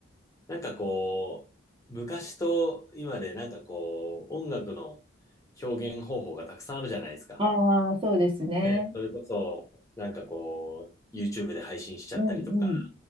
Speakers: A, on the left (about 15°); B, on the right (about 25°).
A: なんかこう、昔と今でなんかこう、音楽の表現方法がたくさんあるじゃないですか。
B: ああ、そうですね。
A: ね、それこそ、なんかこう、YouTube で配信しちゃったりとか、
B: うん、うん、